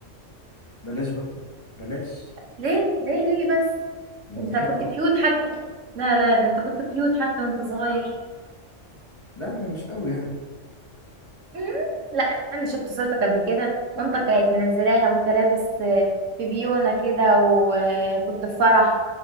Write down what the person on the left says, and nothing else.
بلاش بقى بلاش
مضحكة
لا ما مش قوي يعني